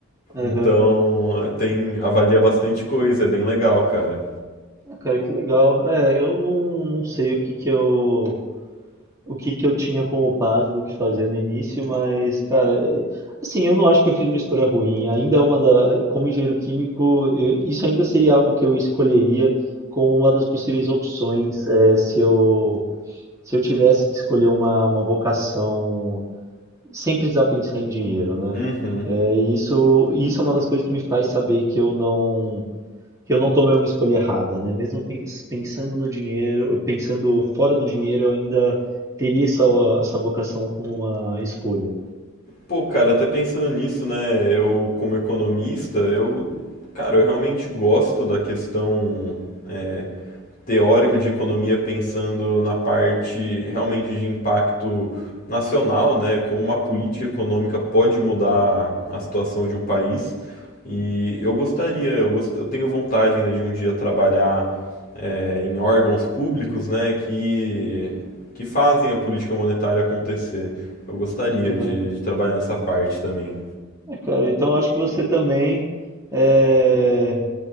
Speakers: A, on the right (about 15°); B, on the left (about 45°).
A: Aham.
B: Então, tem, avalia bastante coisa, é bem legal, cara.
A: Ah, cara, que legal. É, eu não, não sei o que que eu. o que que eu tinha como base do que fazer no início, mas, cara, é- assim, eu não acho que eu fiz uma escolha ruim. Ainda é uma da, como engenheiro químico, eu- isso ainda seria algo que eu escolheria como uma das possíveis opções, é, se eu, se eu tivesse que escolher uma, uma vocação sem precisar pensar em dinheiro, né?
B: Uhum.
A: É, e isso, isso é uma das coisas que me faz saber que eu não que eu não tomei uma escolha errada, né? Mesmo pens- pensando no dinheiro, pensando fora do dinheiro, eu ainda teria essa, essa vocação como uma escolha.
B: Pô, cara, até pensando nisso, né? Eu, como economista, eu, cara, eu realmente gosto da questão é, teórico de economia pensando na parte realmente de impacto nacional, né, como uma política econômica pode mudar a situação de um país. E eu gostaria, eu, gost- eu tenho vontade ainda de um dia trabalhar é, em órgãos públicos, né, que, que fazem a política monetária acontecer. Eu gostaria
A: Aham.
B: de, de trabalhar nessa parte também.
A: É, cara, então acho que você também é,